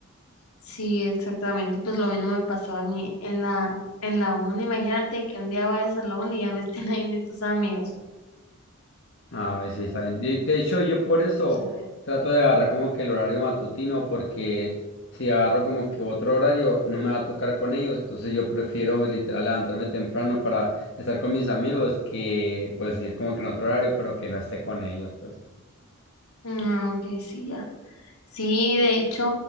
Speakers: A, on the left; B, on the left.
A: Sí, exactamente, y pues lo mismo me pasó a mí en la en la uni. Imagínate que un día vayas a la uni y ya no esté nadie <laughs> de tus amigos.
B: Ah, sí, está bien. De, de hecho, yo por eso
A: Sí.
B: trato de agarrar como que el horario matutino, porque si agarro como que otro horario, no me va a tocar con ellos. Entonces yo prefiero pues, literal levantarme temprano para estar con mis amigos que pues ir como que en otro horario, pero que no esté con ellos, pues.
A: Ah, ok, sí, Sí, de hecho,